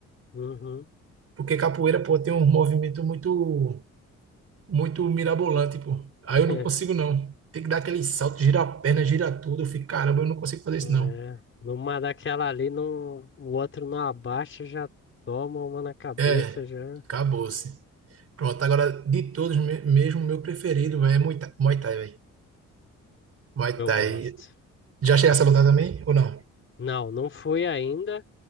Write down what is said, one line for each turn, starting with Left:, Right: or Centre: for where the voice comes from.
Left: Uhum.
Right: Porque capoeira, pô, tem um movimento muito, muito mirabolante, pô. Aí
Left: <laughs>
Right: eu não consigo, não. Tem que dar aquele salto, girar a perna, girar tudo. Eu fico, caramba, eu não consigo fazer isso,
Left: É,
Right: não.
Left: numa daquela ali, não, o outro não abaixa, já toma uma na cabeça,
Right: É,
Left: já.
Right: acabou-se. Pronto, agora de todos, me- mesmo meu preferido véi, é Muay Thai, Muay Thai, velho. Muay
Left: Eu
Right: Thai.
Left: gosto.
Right: Já chegasse a lutar também ou não?
Left: Não, não fui ainda.